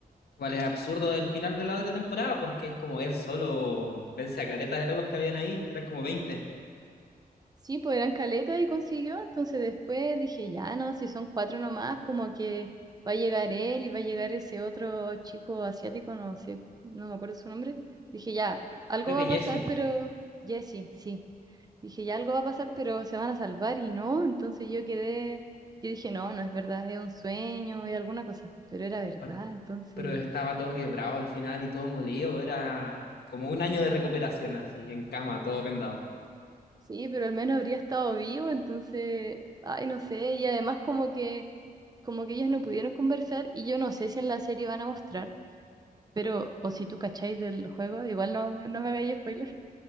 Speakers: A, on the left; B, on the right.
A: igual es absurdo el final de la otra temporada porque es como él solo vence a caletas de locos que habían ahí, eran como veinte
B: Sí, pues eran caletas y consiguió. Entonces después dije, ya no, si son cuatro nomás, como que va a llegar él y va a llegar ese otro chico asiático, no sé, no me acuerdo su nombre. Dije, ya, algo
A: creo
B: va
A: que
B: a
A: Jesse,
B: pasar, pero Jesse, sí. Dije, ya algo va a pasar, pero se van a salvar y no. Entonces yo quedé, yo dije, no, no es verdad, es un sueño, es alguna cosa, pero era verdad.
A: al-
B: Entonces,
A: pero estaba todo quebrado al final y todo molido, era como un año de recuperación así, en cama, todo vendado.
B: sí, pero al menos habría estado vivo, entonces, ay, no sé, y además como que como que ellos no pudieron conversar y yo no sé si en la serie van a mostrar, pero o si tú cacháis del juego, igual no, no me hagáis spoiler,